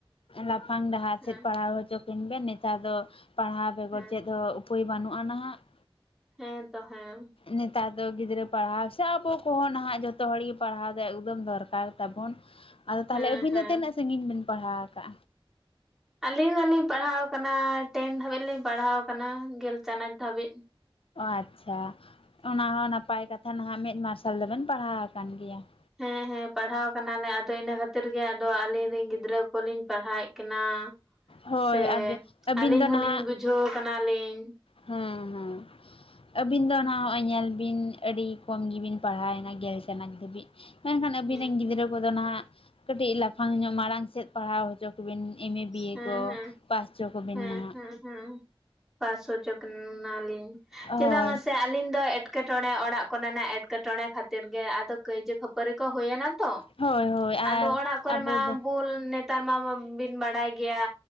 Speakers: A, on the left; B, in the centre.
A: ᱞᱟᱯᱷᱟᱝ ᱰᱟᱦᱟᱨ ᱥᱮᱫ
B: ᱦᱮᱸ
A: ᱯᱟᱲᱦᱟᱣ ᱦᱚᱪᱚ ᱠᱤᱱ ᱵᱮ ᱱᱮᱛᱟᱨ ᱫᱚ ᱯᱟᱲᱦᱟᱣ ᱵᱮᱜᱚᱨ
B: ᱦᱮᱸ
A: ᱪᱮᱫ ᱦᱚᱸ ᱩᱯᱟᱹᱭ ᱵᱟᱹᱱᱩᱜᱼᱟ ᱱᱟᱦᱟᱜ ᱾
B: ᱦᱮᱸ ᱛᱚ ᱦᱮᱸ ᱾
A: ᱱᱮᱛᱟᱨ ᱫᱚ ᱜᱤᱫᱽᱨᱟᱹ ᱯᱟᱲᱦᱟᱣ ᱥᱮ ᱟᱵᱚ ᱠᱚᱦᱚᱸ ᱱᱟᱦᱟᱜ ᱡᱚᱛᱚ ᱦᱚᱲ ᱜᱮ ᱯᱟᱲᱦᱟᱣ ᱫᱚ ᱮᱠᱫᱚᱢ ᱫᱚᱨᱠᱟᱨ ᱛᱟᱵᱚᱱ ᱾ ᱟᱫᱚ ᱛᱟᱦᱞᱮ
B: ᱦᱮᱸ
A: ᱟᱹᱵᱤᱱ
B: ᱦᱮᱸ
A: ᱫᱚ ᱛᱤᱱᱟᱹᱜ ᱥᱟᱺᱜᱤᱧ ᱵᱤᱱ ᱯᱟᱲᱦᱟᱣ ᱠᱟᱜᱼᱟ?
B: ᱟᱹᱞᱤᱧ ᱫᱚᱞᱤᱧ ᱯᱟᱲᱦᱟᱣ ᱟᱠᱟᱱᱟ ᱴᱮᱱ ᱫᱷᱟᱹᱵᱤᱡ ᱞᱤᱧ ᱯᱟᱲᱦᱟᱣ ᱟᱠᱟᱱᱟ, ᱜᱮᱞ ᱪᱟᱱᱟᱪ ᱫᱷᱟᱹᱵᱤᱡ ᱾
A: ᱟᱪᱪᱷᱟ ᱚᱱᱟ ᱦᱚᱸ ᱱᱟᱯᱟᱭ ᱠᱟᱛᱷᱟ ᱱᱟᱦᱟᱜ ᱢᱮᱫ ᱢᱟᱨᱥᱟᱞ ᱫᱚᱵᱮᱱ ᱯᱟᱲᱦᱟᱣ ᱟᱠᱟᱱ ᱜᱮᱭᱟ ᱾
B: ᱦᱮᱸ ᱦᱮᱸ ᱯᱟᱲᱦᱟᱣ ᱠᱟᱱᱟᱞᱮ ᱟᱫᱚ ᱤᱱᱟᱹ ᱠᱷᱟᱹᱛᱤᱨ ᱜᱮ ᱟᱫᱚ ᱟᱹᱞᱤᱧ ᱨᱮᱱ ᱜᱤᱫᱽᱨᱟᱹ ᱠᱚᱞᱤᱧ ᱯᱟᱲᱦᱟᱣᱮᱫ ᱠᱤᱱᱟ᱾
A: ᱦᱳᱭ
B: ᱥᱮ
A: ᱟᱵᱮ ᱟᱹᱵᱤᱱ
B: ᱟᱹᱞᱤᱧ
A: ᱫᱚ
B: ᱦᱚᱸᱞᱤᱧ
A: ᱱᱟᱦᱟᱜ
B: ᱵᱩᱡᱷᱟᱹᱣ ᱠᱟᱱᱟᱞᱤᱧ᱾
A: ᱦᱮᱸ ᱦᱮᱸ᱾ ᱟᱹᱵᱤᱱ ᱫᱚ ᱚᱱᱟ ᱦᱚᱸᱜᱼᱚᱭ ᱧᱮᱞ ᱵᱤᱱ ᱟᱹᱰᱤ ᱠᱚᱢ ᱜᱮᱵᱤᱱ ᱯᱟᱲᱦᱟᱣᱮᱱᱟ, ᱜᱮᱞ ᱪᱟᱱᱟᱪ ᱫᱷᱟᱹᱵᱤᱡ ᱾ ᱢᱮᱱᱠᱷᱟᱱ ᱟᱵᱤᱱ
B: ᱦᱮᱸ
A: ᱨᱮᱱ ᱜᱤᱫᱽᱨᱟᱹ ᱠᱚᱫᱚ ᱱᱟᱦᱜ ᱠᱟᱹᱴᱤᱡ ᱞᱟᱯᱷᱟᱝ ᱧᱚᱜ ᱢᱟᱲᱟᱝ ᱥᱮᱫ ᱯᱟᱲᱦᱟᱣ ᱪᱚ ᱠᱚᱵᱮᱱ ᱮᱢ ᱮ ᱵᱤᱭᱮ
B: ᱦᱮᱸ
A: ᱠᱚ
B: ᱦᱮᱸ
A: ᱯᱟᱥ ᱦᱚᱪᱚ ᱠᱚᱵᱮᱱ
B: ᱦᱮᱸ
A: ᱱᱟᱸᱦᱚᱜ᱾
B: ᱦᱮᱸ ᱦᱮᱸ ᱯᱟᱸᱥᱚ ᱦᱚᱪᱚ ᱠᱤᱱᱟᱞᱤᱧ
A: ᱦᱳᱭ
B: ᱪᱮᱫᱟᱜ ᱢᱟᱥᱮ ᱟᱹᱞᱤᱧ ᱫᱚ ᱮᱴᱠᱮᱴᱚᱬᱮ ᱚᱲᱟᱜ ᱠᱚᱨᱮᱱᱟᱜ ᱮᱴᱠᱮᱴᱚᱬᱮ ᱠᱷᱟᱹᱛᱤᱨ ᱜᱮ ᱟᱫᱚ ᱠᱟᱹᱭᱡᱟᱹ ᱠᱷᱟᱹᱯᱟᱹᱨᱤ ᱠᱚ ᱦᱩᱭᱮᱱᱟ ᱛᱚ
A: ᱦᱳᱭ ᱦᱳᱭ
B: ᱟᱫᱚ
A: ᱟᱨ
B: ᱚᱲᱟᱜ ᱠᱚᱨᱮ
A: ᱟᱵᱚ
B: ᱢᱟ
A: ᱫᱚ
B: ᱵᱩᱞ ᱱᱮᱛᱟᱨ ᱢᱟ ᱵᱤᱱ ᱵᱟᱲᱟᱭ ᱜᱮᱭᱟ᱾